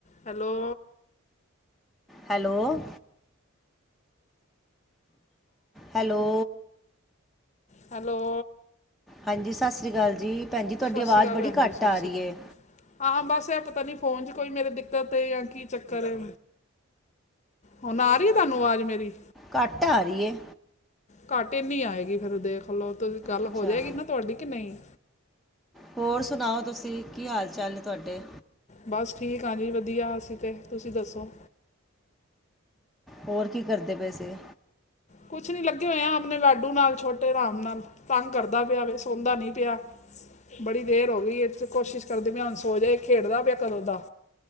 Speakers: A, on the left; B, in the centre.
A: Hello.
B: Hello hello.
A: Hello.
B: ਹਾਂਜੀ, ਸਤਿ ਸ਼੍ਰੀ ਅਕਾਲ ਜੀ ਭੈਣ ਜੀ ਤੁਹਾਡੀ
A: ਸਤਿ
B: ਆਵਾਜ਼
A: ਸ਼੍ਰੀ ਅਕਾਲ
B: ਬੜੀ
A: ਭੈਣ
B: ਘੱਟ
A: ਜੀ ਸਤਿ
B: ਆਰੀ
A: ਸ਼੍ਰੀ ਅਕਾਲ
B: ਏ।
A: ਹਾਂ, ਬਸ ਏ ਪਤਾ ਨੀ ਫੋਨ ਚ ਕੋਈ ਮੇਰੀ ਦਿੱਕਤ ਏ ਯਾ ਕੀ ਚੱਕਰ ਏ। ਹੁਣ ਆਰੀ ਏ ਤੁਹਾਨੂੰ ਆਵਾਜ਼ ਮੇਰੀ
B: ਘਟ ਆਰੀ ਏ।
A: ਘਟ ਏਨੀ ਆਏਗੀ, ਫਿਰ ਦੇਖ ਲਓ ਤੁਸੀ ਗੱਲ
B: ਅੱਛਾ
A: ਹੋ ਜਾਏਗੀ ਨਾ ਤੁਹਾਡੀ ਕੇ ਨਹੀ।
B: ਹੋਰ ਸੁਣਾਓ ਤੁਸੀਂ ਕੀ ਹਾਲ ਚਾਲ ਏ ਤੁਆਡੇ?
A: ਬਸ ਠੀਕ ਹਾਂਜੀ ਵਧੀਆ ਅਸੀਂ ਤੇ, ਤੁਸੀਂ ਦੱਸੋ?
B: ਹੋਰ ਕੀ ਕਰਦੇ ਪਏ ਸੀ?
A: ਕੁਛ ਨੀ ਲੱਗੇ ਹੋਏ ਆ ਆਪਣੇ ਲਾਡੂ ਨਾਲ ਛੋਟੇ ਰਾਮ ਨਾਲ। ਤੰਗ ਕਰਦਾ ਪਿਆ ਵੇ ਸੌਦਾ ਨੀ ਪਿਆ। ਬੜੀ ਦੇਰ ਹੋ ਗਈ ਏ ਅਸੀ ਕੋਸ਼ਿਸ਼ ਕਰਦੇ ਪਏ ਹਾਂ ਸੋ ਜਾਏ, ਖੇਡਦਾ ਪਿਆ ਕਰੋ ਦਾ।